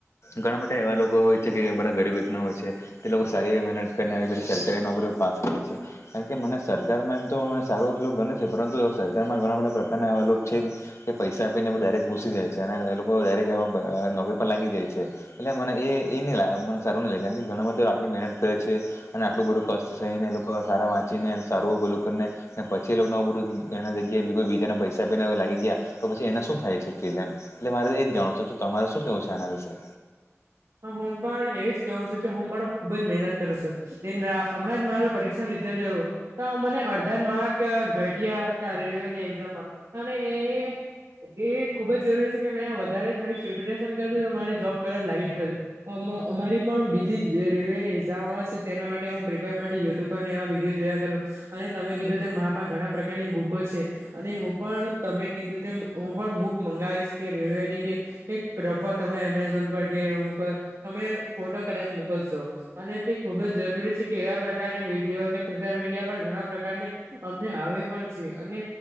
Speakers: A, on the left; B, on the right.
A: ઘણા માટે એવા લોકો હોય છે કે બધા ગરીબ રીના હોય છે તે લોકો સારી મહેનત કરીી સરકારી નોકરી પાસ કરે છે. કારણ કે મને સરકારમાં એમ તો મને સારો ઉપયોગ ગને છે પરંતુ સરકારમાં ઘણા બધા પ્રકારના એવા લોગ છે. પૈસા આપીને દરેક ઘુસી જાય છે અને એ લોકો દરેક એવા નોકરી પર લાગી જાય છે એટલે મને એ એ નહ લાગે મને સારું નઈ લાગે કારણ કે ઘણા બધા આટલી મહેનત કરે છે અને આટલું બધું કષ્ટ ને એ લોકો સારા વાંચ પી સારું પેલું કરી ને પછી એ ન બધું એના જગ્યાએ કોઈ બીજા ના પૈસા પને લાગી ગયા પછી એને શું થાય છે ફિમ એટલે મારે એજ જાણો છો તમારે શું કેવું છે આના વિશે?
B: હ હું પણ એવી જ કેહું છું કે હું પણ ખુબ જ મહેનત કરું છું હમણાં જ માર પરીક્ષા ન રિઝલ્ટ લું તો મને અડધા જ માર્ક ઘટિયા હતા રેલવેની એક્ઝામમાં અને એ એ એ ખુબ જરૂરી છે કે મેં વધારે થોડીક પ્રિપેરેશન કરી તો મારી જોબ કદાચ લાગી અમ-અમારી પણ બીજી જે રેલવેની એક્ઝામ આવે છે તેના માટે હું પ્રિપેર માટે યુટ્યુબ પર વિડીયો જોયા કરું અને તમે કીધું કે મા પાહે ઘણા પ્રકારની બુકો છે અને હું પણ તમે કીધું તેમ હું પણ બુક મંગાવીશ કે રેલવેની કે એક પ્રોપર તમે એમેઝોન પર કે પર તમે ફોટો કદાચ મોકલશો અને તે ખુબ જ જરૂરી છે કે એવા પ્રકારની વિડીયો કે સોશિયલ મીડિયા પણ ઘણા પ્રકારને અમને આવે પણ છે અને